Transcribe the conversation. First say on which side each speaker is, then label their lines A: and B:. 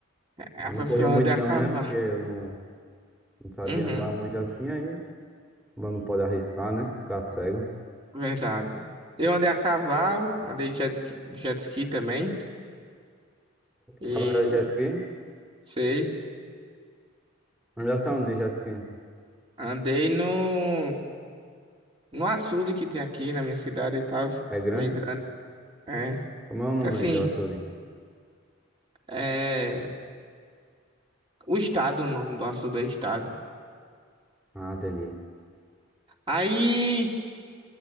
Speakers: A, on the right; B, in the centre.
A: Ah,
B: Mas
A: foi-
B: não corria
A: Eu
B: muito
A: andei a
B: não,
A: cavalo.
B: né? Porque eu não, não sabia
A: Uhum,
B: andar muito assim aí. Mas não pode arriscar, né? Ficar cego.
A: verdade. Eu andei a cavalo, andei de jet, ski- jet ski também. E
B: Sabe andar de jet ski?
A: sei.
B: Não já sabe andar de jet ski.
A: Andei no, no açude que tem aqui na minha cidade e tal.
B: É grande?
A: Bem grande. É.
B: Como é o nome
A: Então, assim,
B: aí do açude?
A: é, o estado, o nome do açude é estado.
B: Ah, entendi. Um
A: Aí